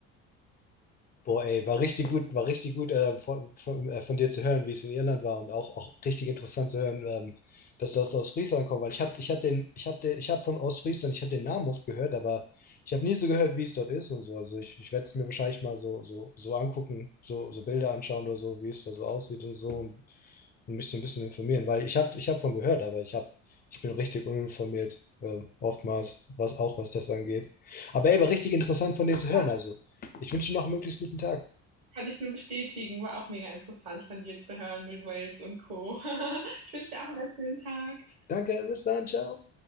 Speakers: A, on the left; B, on the right.
A: Boah, ey, war richtig gut, war richtig gut äh, von, von, äh, von dir zu hören, wie es in Irland war und auch, auch richtig interessant zu hören, ähm, dass du aus Ostfriesland kommst, weil ich habe ich hab den, ich hab den, ich hab von Ostfriesland, ich habe den Namen oft gehört, aber ich habe nie so gehört, wie es dort ist und so. Also ich, ich werde es mir wahrscheinlich mal so, so, so angucken, so, so Bilder anschauen oder so, wie es da so aussieht und so und, und mich so ein bisschen informieren, weil ich habe ich hab von gehört, aber ich hab, ich bin richtig uninformiert, äh, oftmals, was auch was das angeht. Aber ey, war richtig interessant von dir zu hören,
B: Ja.
A: also. Ich wünsche Ihnen noch einen möglichst guten Tag.
B: kann ich nur bestätigen. War auch mega interessant von dir zu hören mit Wales und Co. <laughs> Ich wünsche dir auch einen ganz schönen Tag.
A: Danke, bis dann, ciao.